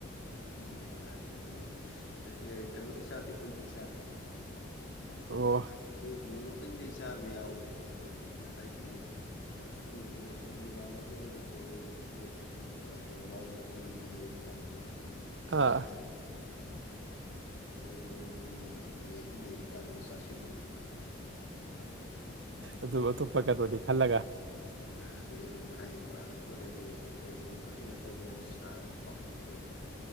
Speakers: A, on the left; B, on the right.
A: ꯎꯝ ꯅꯨꯡꯉꯥꯏꯔꯦ ꯑꯗꯨ ꯑꯦ ꯀꯩꯅꯣꯗꯤ ꯆꯥꯗꯦ ꯍꯨꯏꯗꯤ ꯆꯥꯗꯦ ꯑꯩ
B: ꯑꯣ
A: ꯑꯗꯨ ꯅꯣꯡꯃꯇꯪꯗꯤ ꯑꯩ ꯆꯥꯕꯗ ꯌꯥꯎꯈ꯭ꯔꯦ ꯑꯗꯨ ꯍꯥꯏꯗꯣꯛꯑ ꯑꯗꯨꯒꯗꯨꯅ ꯁꯨꯝ ꯏꯃꯥꯟꯅꯕ ꯑꯣꯏ ꯀꯔꯤ ꯑꯣꯏ ꯍꯈꯣꯏ ꯀꯩꯅꯣ ꯋꯥꯎꯔꯤ ꯋꯥꯎꯔꯤ ꯑꯣꯏꯔꯤ ꯀꯥꯟꯗꯨꯗ
B: ꯑꯥ
A: ꯆꯥꯁꯤꯟꯈꯤꯕ ꯑꯣ ꯑꯣꯒꯤ ꯑꯗꯨꯝ ꯂꯩꯔꯤ ꯀꯥꯟꯗꯨꯁꯨ ꯆꯥꯁꯤꯟꯗ
B: ꯑꯗꯨ ꯑꯇꯣꯞꯄ ꯀꯩꯅꯣꯗꯤ ꯈꯜꯂꯒ꯫
A: ꯑꯗꯨꯗ ꯑꯗꯨꯝ ꯍꯥꯏꯗꯤ ꯅꯣꯡꯉꯥꯜꯂꯛꯄꯒꯗꯤ ꯑꯗꯨꯝ ꯑꯩꯁꯨ ꯑꯗꯨꯝ ꯈꯪꯁꯤꯟꯅꯠꯇꯕꯗ ꯑꯗꯨꯝ ꯁꯥꯔꯒ ꯑꯗꯨꯝ ꯀꯥꯎꯊꯣꯛꯈ꯭ꯔꯦꯕ